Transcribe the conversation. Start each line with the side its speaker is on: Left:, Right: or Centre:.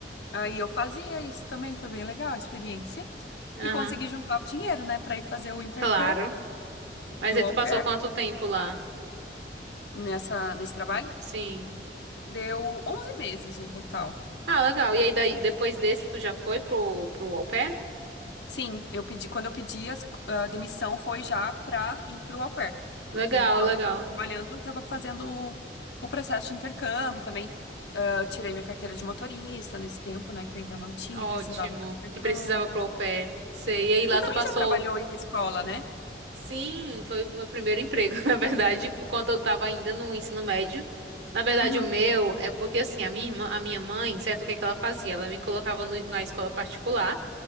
Left: Aí eu fazia isso também, foi bem legal a experiência.
Right: Aham.
Left: E consegui juntar o dinheiro, né, pra ir fazer o intercâmbio
Right: Claro. Mas
Left: do
Right: aí
Left: au
Right: tu passou
Left: pair
Right: quanto tempo lá?
Left: nessa, nesse trabalho.
Right: Sim.
Left: Deu 11 meses o total.
Right: Ah, legal. E aí daí, depois desse, tu já foi pro, pro au pair?
Left: Sim, eu pedi, quando eu pedi as- a demissão foi já pra ir pro au pair. Porque
Right: Legal,
Left: enquanto
Right: legal.
Left: eu tava trabalhando, eu tava fazendo o, o processo de intercâmbio também. Ah, eu tirei minha carteira de motorista nesse tempo, né, que eu ainda não tinha
Right: Ótimo.
Left: e precisava pro intercâmbio.
Right: Que precisava pro au pair. Sei. E aí lá
Left: Tu também
Right: tu passou.
Left: já trabalhou em escola, né?
Right: Sim, foi o meu primeiro emprego, <laughs> na verdade, quando eu tava ainda no ensino médio. Na verdade,
Left: Uhum,
Right: o meu é porque assim, a minha irmã, a minha mãe, certo, o que é que ela fazia? Ela me colocava no- na escola particular,